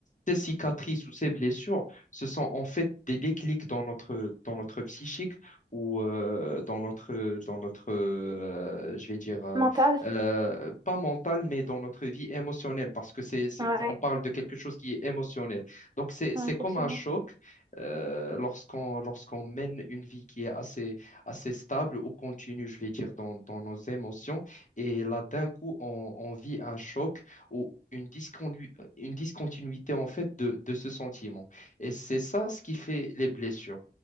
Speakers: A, on the left (about 40°); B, on the right (about 20°).
A: ces cicatrices ou ces blessures, ce sont en fait des déclics dans notre, dans notre psychique ou euh, dans notre, dans notre, euh, je vais dire, euh,
B: mentale?
A: euh, pas mental, mais dans notre vie émotionnelle parce que c'est, c'est-
B: Ouais,
A: on parle de quelque chose qui est émotionnel. Donc c'est,
B: ouais,
A: c'est
B: effectivement.
A: comme un choc euh, lorsqu'on lorsqu'on mène une vie qui est assez, assez stable ou continue, je vais dire, dans, dans nos émotions. Et là, d'un coup, on, on vit un choc ou une disconu- une discontinuité, en fait, de, de ce sentiment. Et c'est ça ce qui fait les blessures.